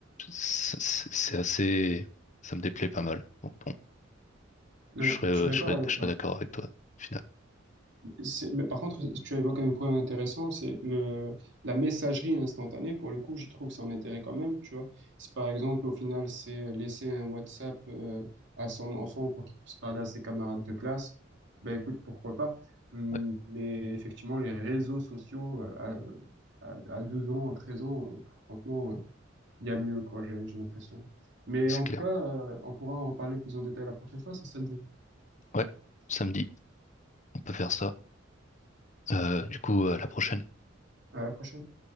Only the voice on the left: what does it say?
c'est c'est assez, ça me déplaît pas mal. Donc bon,
je serais, euh,
je serais,
je
serais d'accord avec toi, au final.
Ouais,
c'est
clair.
Ouais, samedi, on peut faire ça. Euh, du coup, à la prochaine.